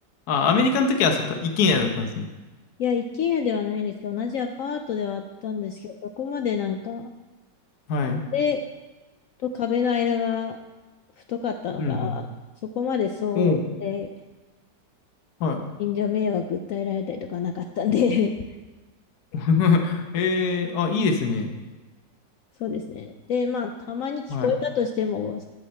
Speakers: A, on the left; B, on the left.
A: あ、アメリカの時はそっか、一軒家だったんですね。
B: いや、一軒家ではないんですけど、同じアパートではあったんですけど、そこまでなんか、
A: はい。
B: 壁と壁の間が太かったのか、
A: うん、
B: そこまで騒音で
A: うん。おう、はい。
B: 近所迷惑訴えられたりとかなかったんで <laughs>
A: <laughs> えー、あ、いいですね。
B: そうですね。で、まあ、たまに聞こえたとしても、
A: はい、